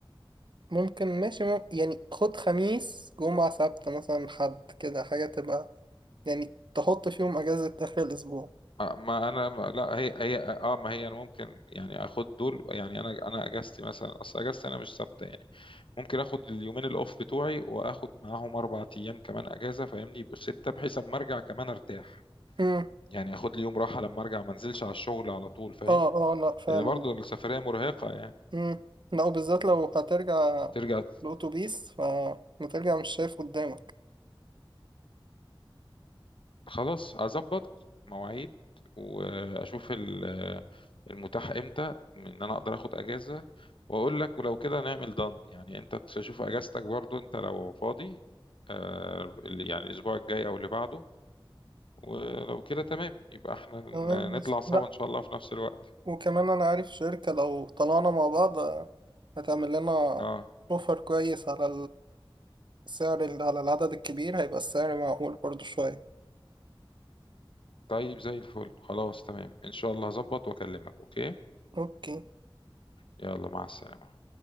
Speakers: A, on the right (about 60°); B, on the left (about 70°).
A: ممكن ماشي مم... يعني خد خميس جمعة سبت مثلا حد كده حاجة تبقى يعني تحط فيهم اجازة اخر الاسبوع
B: آه، ما انا ما لا هي هي اه ما هي انا ممكن يعني اخد دول يعني انا انا اجازتي مثلا اصل اجازتي انا مش ثابته يعني ممكن اخد اليومين الاوف بتوعي واخد معاهم اربع ايام كمان اجازه فاهمني يبقوا سته بحيث اما ارجع كمان ارتاح
A: امم
B: يعني اخد لي يوم راحه لما ارجع ما انزلش على الشغل على طول فاهم
A: اه اه لا فعلا
B: لان برضو السفريه مرهقه يعني
A: امم لا وبالذات لو هترجع
B: ترجع
A: بأتوبيس فهترجع مش شايف قدامك
B: خلاص هظبط مواعيد واشوف ال- المتاح امتى ان انا اقدر اخد اجازه واقول لك ولو كده نعمل دان يعني انت تشوف اجازتك برضو انت لو فاضي آه، ال- يعني الاسبوع الجاي او اللي بعده ولو كده تمام يبقى احنا ن-
A: تمام ماشي
B: نطلع سوا
A: لا
B: ان شاء الله في نفس الوقت
A: وكمان انا عارف شركة لو طلعنا مع بعض آه، هتعمل لنا
B: اه
A: اوفر كويس على سعر ال- على العدد الكبير هيبقى السعر معقول برضو شوية
B: طيب زي الفل خلاص تمام ان شاء الله هظبط واكلمك اوكي
A: اوكي
B: يلا مع السلامه